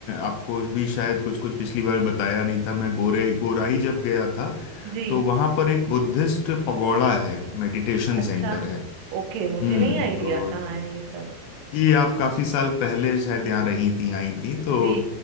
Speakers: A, on the left (about 80°); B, on the right (about 80°).
A: आपको भी शायद कुछ कुछ पिछली बार बताया नहीं था मैं गोरे गोराई जब गया था
B: जी
A: तो वहां पर एक बुद्धिस्ट पगोड़ा है मेडिटेशन
B: अच्छा
A: सेंटर है
B: ओके मुझे
A: हम्म
B: नहीं आइडिया
A: तो
B: कहाँ है ये सब
A: ये आप काफी साल पहले शायद यहाँ रही थी आई थी तो
B: जी